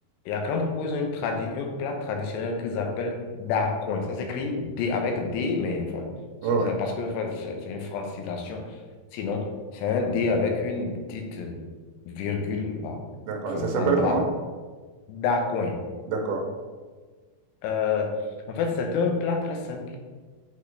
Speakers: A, on the left; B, on the right.
A: Et à Caen, on propose une tradi- un plat traditionnel qu'ils appellent dacoin. Ça s'écrit D avec D, mais enfin, c'est
B: Ouais, ouais.
A: c'est parce que enfin, c'est c'est une francisation. Sinon, c'est un D avec une petite euh, virgule là,
B: D'accord.
A: enfin,
B: Et ça s'appelle
A: en bas.
B: comment?
A: Dacoin.
B: D'accord.
A: Euh, en fait, c'est un plat très simple.